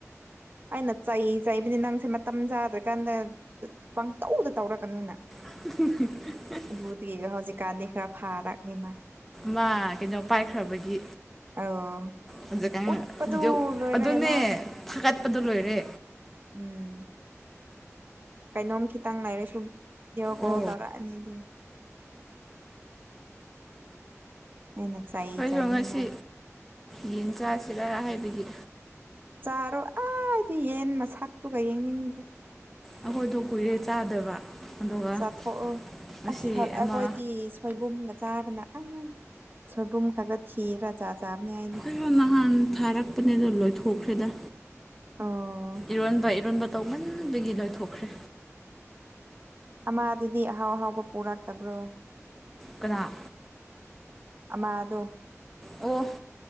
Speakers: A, on the right; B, in the centre.
A: ꯑꯩꯅ ꯆꯩ ꯆꯩꯕꯅꯤ ꯅꯪꯁꯦ ꯃꯇꯝ ꯆꯥꯗ꯭ꯔꯀꯥꯟꯗ ꯄꯪꯇꯧꯗ ꯇꯧꯔꯛꯀꯅꯨꯅ꯫
B: <unintelligible>
A: ꯑꯗꯨꯗꯤ ꯍꯧꯖꯤꯛ ꯀꯥꯟꯅꯤ ꯈꯔ ꯐꯥꯔꯛꯅꯤ ꯃꯥ
B: ꯃꯥ ꯀꯩꯅꯣ ꯄꯥꯏꯈ꯭ꯔꯕꯒꯤ꯫
A: ꯑꯧ
B: ꯍꯧꯖꯤꯛꯀꯟ
A: ꯎꯠꯄꯗꯨ
B: ꯕꯤꯗꯤꯑꯣ
A: ꯂꯣꯏꯔꯦ
B: ꯑꯗꯨꯅꯦ
A: ꯃꯥꯗꯤ
B: ꯊꯥꯒꯠꯄꯗꯣ ꯂꯣꯏꯔꯦ
A: ꯎꯝ ꯀꯩꯅꯣꯝ ꯈꯤꯇꯪ ꯂꯩꯔꯁꯨꯨꯝ ꯕꯤꯗꯤꯑꯣ ꯀꯣꯜ
B: ꯑꯣ
A: ꯇꯧꯔꯛꯑꯅꯤ ꯑꯗꯨꯝ ꯑꯩꯅ ꯆꯩ
B: ꯑꯩꯁꯨ
A: ꯆꯩꯕꯅꯤ
B: ꯉꯁꯤ
A: ꯃꯥ
B: ꯌꯦꯟ ꯆꯥꯁꯤꯔ ꯍꯥꯏꯕꯒꯤ
A: ꯆꯥꯔꯣ ꯑꯩꯗꯤ ꯌꯦꯟ ꯃꯁꯛꯇꯨꯒ ꯌꯦꯡꯅꯤꯡꯗ꯭ꯔꯦ꯫
B: ꯑꯩꯈꯣꯏꯗꯣ ꯀꯨꯏꯔꯦ ꯆꯥꯗꯕ꯫ ꯑꯗꯨꯒ
A: ꯆꯥꯊꯣꯛꯎ
B: ꯉꯁꯤ
A: ꯑꯁ
B: ꯑꯃ
A: ꯑꯩꯈꯣꯏꯗꯤ ꯁꯣꯏꯕꯨꯝꯒ ꯆꯥꯕꯅ ꯑ ꯁꯣꯏꯕꯨꯝ ꯈꯛꯇ ꯊꯤꯔ ꯆꯥ ꯆꯥꯕꯅꯤ ꯑꯩꯗꯤ꯫
B: ꯑꯩꯁꯨ ꯅꯍꯥꯟ ꯊꯥꯔꯛꯄꯅꯦ ꯑꯗꯣ ꯂꯣꯏꯊꯣꯛꯈ꯭ꯔꯦꯗ
A: ꯑꯣ
B: ꯏꯔꯣꯟꯕ ꯏꯔꯣꯟꯕ꯫ ꯇꯧꯃꯟꯕꯒꯤ ꯂꯣꯏꯊꯣꯛꯈ꯭ꯔꯦ꯫
A: ꯑꯃꯥꯗꯨꯗꯤ ꯑꯍꯥꯎ ꯑꯍꯥꯎꯕ ꯄꯨꯔꯛꯇꯕ꯭ꯔꯣ꯫
B: ꯀꯅꯥ
A: ꯑꯃꯥꯗꯣ
B: ꯑꯣ